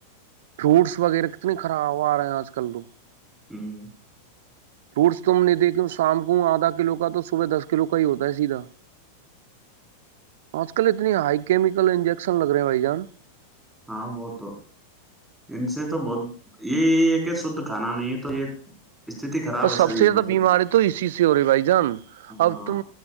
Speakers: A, on the right; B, in the centre.
A: فروٹس وغیرہ کتنے خراب آ رہے ہیں آج کل تو
B: ہوں
A: فروٹس توم نہیں دیکھے ہ شام کو آدھا کلو کا تو صبح دس کلو کا ہی ہوتا ہے سیدھا آج کل اتنی ہائی کیمیکل انجیک کسن لگ رہے ہیں بھائی جان
B: ہاں بہ تو ان سے تو بہت یہ یہی ہے کہ شھ کھانا نہیں ہے تو یہ استتی خراب
A: اور
B: ہے
A: سب
B: شریر
A: سے زیادہ
B: کی سب
A: بیماری
B: چیز
A: تو اسی سے ہو رہی بھائی جان
B: ہاں
A: اب تم